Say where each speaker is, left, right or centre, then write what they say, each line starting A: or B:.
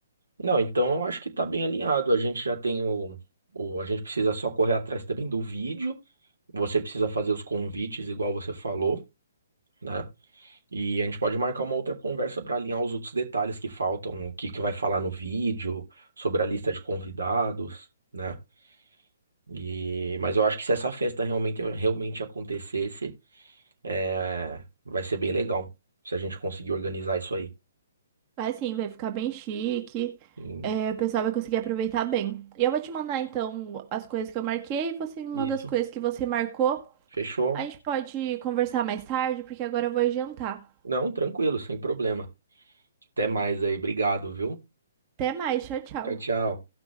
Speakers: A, on the right; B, on the right.
A: Não, então eu acho que tá bem alinhado. A gente já tem o, o- a gente precisa só correr atrás também do vídeo. Você precisa fazer os convites, igual você falou, né? E a gente pode marcar uma outra conversa para alinhar os outros detalhes que faltam, o que que vai falar no vídeo, sobre a lista de convidados, né? E, mas eu acho que se essa festa realmente, realmente acontecesse, é, vai ser bem legal. Se a gente conseguir organizar isso aí.
B: faz sim, vai ficar bem chique.
A: E-
B: É, o pessoal vai conseguir aproveitar bem. E eu vou te mandar, então, as coisas que eu marquei, você me manda
A: Isso.
B: as coisas que você marcou.
A: Fechou?
B: A gente pode conversar mais tarde, porque agora eu vou jantar.
A: Não, tranquilo, sem problema. Até mais aí. Obrigado, viu?
B: Até mais, tchau, tchau.
A: Tchau, tchau.